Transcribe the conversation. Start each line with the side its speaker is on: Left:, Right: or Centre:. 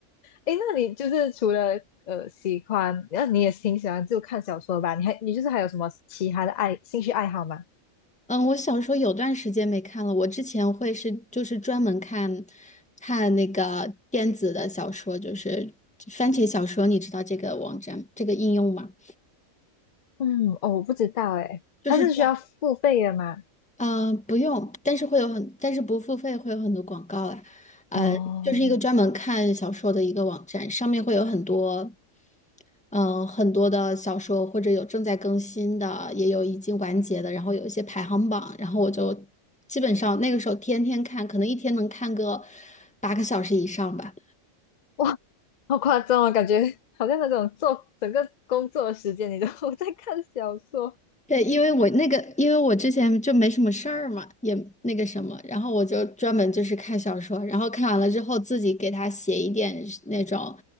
Left: 诶，那你就是除了呃喜欢，那你也挺喜欢就看小说吧？你还你就是还有什么其他的爱兴趣爱好吗？
Centre: 嗯，我小说有段时间没看了。我之前会是就是专门看，看那个电子的小说，就是番茄小说，你知道这个网站这个应用吗？
Left: 嗯，哦，我不知道诶，
Centre: 就是专，
Left: 它是需要付费的吗？
Centre: 嗯，不用，但是会有很，但是不付费会有很多广告啊。呃，
Left: 哦，
Centre: 就是一个专门看小说的一个网站，上面会有很多。嗯，呃很多的小说或者有正在更新的，也有已经完结的，然后有一些排行榜，然后我就基本上那个时候天天看，可能一天能看个八个小时以上吧。
Left: <laughs> 哇，<laughs> 好夸张啊，感觉好像那种做整个工作的时间，你都 <laughs> 在看小说。
Centre: 对，因为我那个，因为我之前就没什么事儿嘛，也那个什么，然后我就专门就是看小说，然后看完了之后自己给他写一点那种，